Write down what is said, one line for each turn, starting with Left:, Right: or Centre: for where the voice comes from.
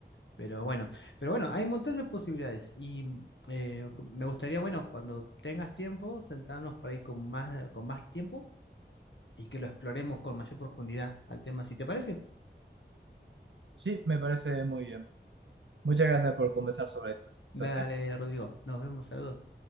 Left: Pero bueno, pero bueno, hay un montón de posibilidades y eh, me gustaría, bueno, cuando tengas tiempo, sentarnos por ahí con más, con más tiempo y que lo exploremos con mayor profundidad al tema, si te parece.
Right: Sí, me parece muy bien. Muchas gracias por conversar sobre esto, Sebastián.
Left: Dale, Rodrigo, nos vemos, saludos.